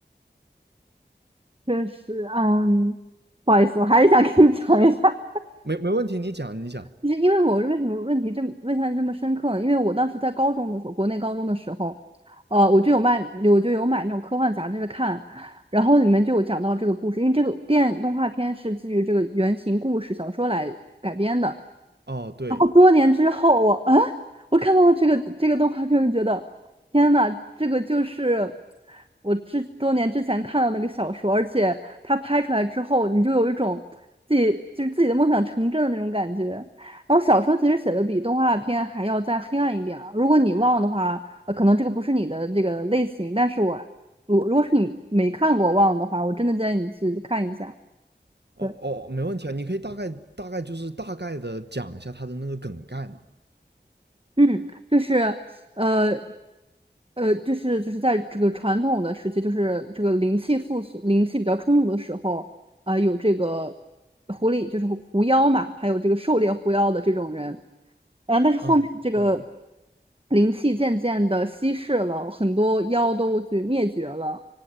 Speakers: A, on the right; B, on the right.
A: 确实，嗯，不好意思，我还是想跟你讲一下。
B: 没没问题，你讲你讲。
A: 就是因为我为什么问题这么问下来这么深刻呢？因为我当时在高中的时候，国内高中的时候，呃，我就有卖，我就有买那种科幻杂志看，然后里面就有讲到这个故事，因为这个电影动画片是基于这个原型故事小说来改编的。
B: 哦，对，
A: 然后多年之后我，啊，我看到了这个这个动画片，我就觉得天呐，这个就是我之多年之前看到那个小说，而且它拍出来之后，你就有一种自己就是自己的梦想成真的那种感觉。然后小说其实写的比动画片还要再黑暗一点啊，如果你忘的话，呃，可能这个不是你的这个类型，但是我如如果是你没看过忘的话，我真的建议你去看一下。
B: 哦哦，
A: 对。
B: 没问题啊，你可以大概大概就是大概的讲一下它的那个梗概嘛。
A: 嗯，就是呃呃，就是就是在这个传统的时期，就是这个灵气复苏、灵气比较充足的时候，啊、有这个狐狸，就是狐妖嘛，还有这个狩猎狐妖的这种人，啊、但是后面这个
B: 嗯嗯，
A: 灵气渐渐的稀释了，很多妖都去灭绝了，